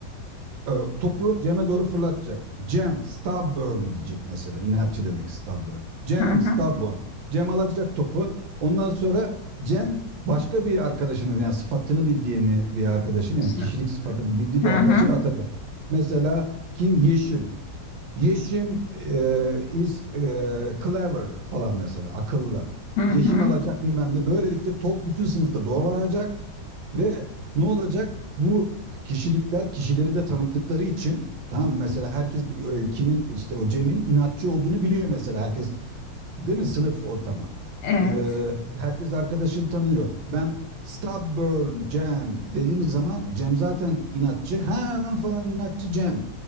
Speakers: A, on the right (about 75°); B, on the left (about 75°).
A: e, topu Cem'e doğru fırlatacak. Cem stubborn diyecek mesela. İnatçı demek stubborn. Cem
B: Hı hı.
A: stubborn. Cem alacak topu. Ondan sonra Cem başka bir arkadaşının yani sıfatını bildiğini bir arkadaşın yani
B: Şimdi.
A: kişilik sıfatını bildiği
B: Hı
A: bir arkadaşın
B: hı.
A: atacak. Mesela kim? Yeşim. Yeşim e, is e, clever falan mesela akıllı.
B: Hı hı.
A: Yeşim alacak bilmem ne. Böylelikle top bütün sınıfta dolanacak ve ne olacak? Bu kişilikler kişileri de tanıdıkları için tamam mı? mesela herkes e, kimin işte o Cem'in inatçı olduğunu biliyor mesela herkes değil mi sınıf ortamı.
B: Evet.
A: E, herkes arkadaşını tanıyor. Ben stubborn Cem dediğim zaman Cem zaten inatçı. Ha lan falan inatçı Cem.